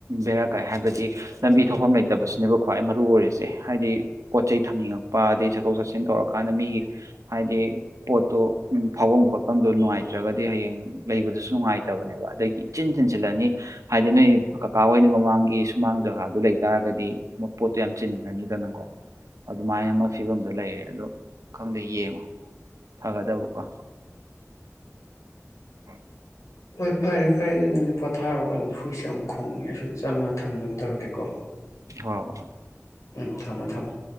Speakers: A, on the right; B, on the left.
A: ꯕꯦꯔꯥ ꯀꯥꯏ ꯍꯥꯏꯕꯗꯤ ꯂꯝꯕꯤ ꯊ ꯊꯣꯛꯐꯝ ꯂꯩꯇꯕꯁꯤꯅꯦꯕ ꯈ꯭ꯋꯥꯏ ꯃꯔꯨ ꯑꯣꯏꯔꯤꯁꯦ ꯍꯥꯏꯗꯤ ꯄꯣꯠ ꯆꯩꯩ ꯊꯝꯅꯤꯡꯉꯛꯄ ꯑꯗꯩ ꯆꯠꯊꯣꯛ ꯆꯠꯁꯤꯟ ꯇꯧꯔꯀꯥꯟꯗ ꯃꯤꯒꯤ ꯍꯥꯏꯗꯤ ꯄꯣꯠꯇꯣ ꯐꯥꯎꯐꯝ ꯈꯣꯠꯐꯝꯗꯣ ꯅꯨꯡꯉꯥꯏꯇ꯭ꯔꯒꯗꯤ ꯍꯌꯦꯡ ꯂꯩꯕꯗꯨꯁꯨ ꯅꯨꯡꯉꯥꯏꯇꯕꯅꯦꯕ ꯑꯗꯒꯤ ꯏꯆꯤꯟ ꯆꯤꯟꯁꯤꯜꯂꯅꯤ ꯍꯥꯏꯗꯤ ꯅꯣꯏ ꯀꯀꯥ ꯍꯣꯏꯅ ꯃꯃꯥꯡꯒꯤ ꯁꯨꯃꯥꯡ ꯖꯒꯥꯗꯨ ꯂꯩꯇꯥꯥꯔꯒꯗꯤ ꯄꯣꯠꯇꯣ ꯌꯥꯝ ꯆꯤꯟꯔꯅꯤꯗꯅꯀꯣ ꯑꯗꯨꯃꯥꯏꯅ ꯑꯃ ꯐꯤꯕꯝꯗꯣ ꯂꯩꯔꯦ ꯑꯗ ꯈꯪꯗꯦ ꯌꯦꯡꯉꯣ ꯐꯒꯗꯕꯀꯣ ꯎ
B: ꯍꯣꯏ ꯐꯔꯦ ꯐꯔꯦ ꯑꯗꯨ ꯅꯪꯗꯤ ꯄꯣꯊꯥꯔꯛꯑꯣ ꯑꯩꯈꯣꯏꯏꯁꯦ ꯌꯥꯝ ꯈꯣꯡꯉꯦ ꯑꯩꯁꯨ ꯆꯪꯉꯒ ꯊꯝꯅꯕ ꯇꯧꯔꯒꯦꯀꯣ
A: ꯍꯣꯏ ꯍꯣꯏ
B: ꯎꯝ ꯊꯝꯃ ꯃꯊꯝ